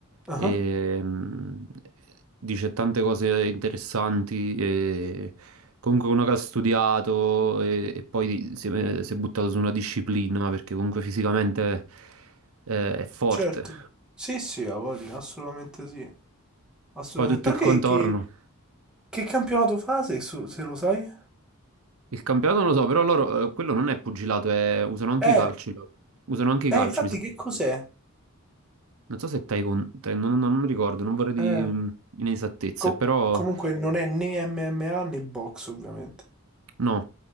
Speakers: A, in the centre; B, on the right.
A: Ah,
B: e mm, dice tante cose interessanti e comunque uno che ha studiato e, e poi si, è si è buttato su una disciplina perché comunque fisicamente eh, è forte.
A: certo. Sì, sì, ha voglia, assolutamente sì. Assolutamente.
B: Poi tutto il
A: Perché
B: contorno.
A: che, che campionato fa, se, su- se lo sai?
B: Il campionato non lo so, però loro eh, quello non è pugilato, è- usano anche
A: Eh,
B: i calci loro. Usano anche i
A: eh,
B: calci,
A: infatti
B: mi sa.
A: che cos'è?
B: Non so se Taekwondo, non, non non ricordo, non vorrei di
A: Eh,
B: mm, inesattezze,
A: co-
B: però
A: comunque non è né MMA né box, ovviamente.
B: no,